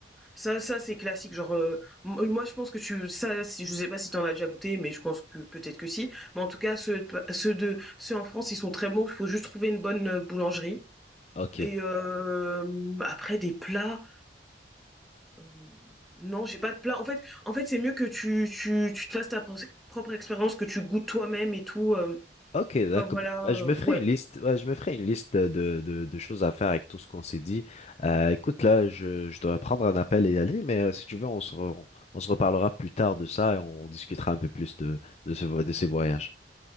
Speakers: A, in the centre; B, on the left (about 35°).
A: ça, ça c'est classique. Genre, euh, m- moi je pense que tu, ça, si je sais pas si t'en as déjà goûté, mais je pense que peut-être que si. Mais en tout cas, ceux, de- ceux de, ceux en France, ils sont très bons. Il faut juste trouver une bonne euh, boulangerie.
B: ok,
A: Et euh, après des plats, euh, non, j'ai pas de plat. En fait, en fait, c'est mieux que tu, tu, tu te fasses ta pro- propre expérience, que tu goûtes toi-même et tout. euh.
B: ok, d'accord.
A: Enfin voilà,
B: Bah,
A: euh,
B: je me ferai
A: ouais.
B: une liste. ouais, je me ferai une liste de, de, de choses à faire avec tout ce qu'on s'est dit. Euh, écoute, là, je, je dois prendre un appel et y aller, mais euh, si tu veux, on se, re- on se reparlera plus tard de ça et on discutera un peu plus de, de ce, vo- de ces voyages.